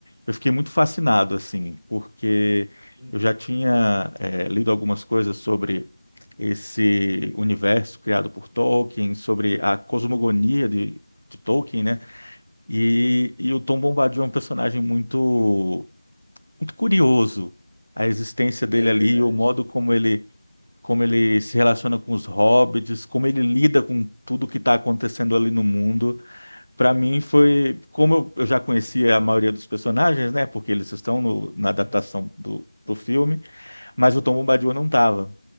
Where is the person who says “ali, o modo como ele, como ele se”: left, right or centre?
Left